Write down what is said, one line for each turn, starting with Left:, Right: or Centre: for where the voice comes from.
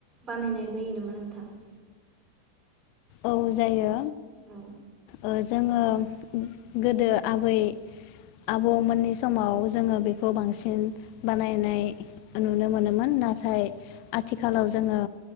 Right: बानायनाय जायो नामा नोंथां?
Left: औ जायो
Right: औ
Left: ओ जोङो गोदो आबै आबौमोननि समाव जोङो बेखौ बांसिन बानायनाय नुनो मोनोमोन नाथाय आथिखालाव जोङो